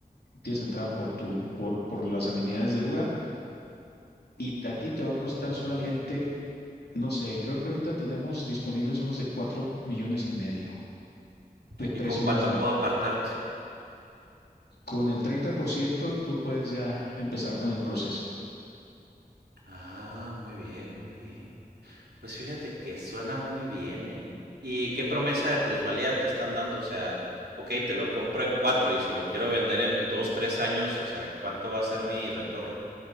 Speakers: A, on the left; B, on the right.
A: tienes entrada por tu, por, por las amenidades del lugar y te- a ti te va a costar
B: Ok.
A: solamente, no sé, creo que ahorita tenemos disponibles unos de 4 millones y medio de precio
B: ¿Y con cuánto
A: más bajo.
B: puedo apartarte?
A: Con el 30% tú puedes ya empezar con el proceso.
B: Ah, muy bien, muy bien. Pues fíjate que suena muy bien, ¿eh? ¿Y qué promesa de plusvalía te están dando? O sea, ok, te lo compro en cuatro y si lo quiero vender en dos, tres años, o sea, ¿cuánto va a ser mi retorno?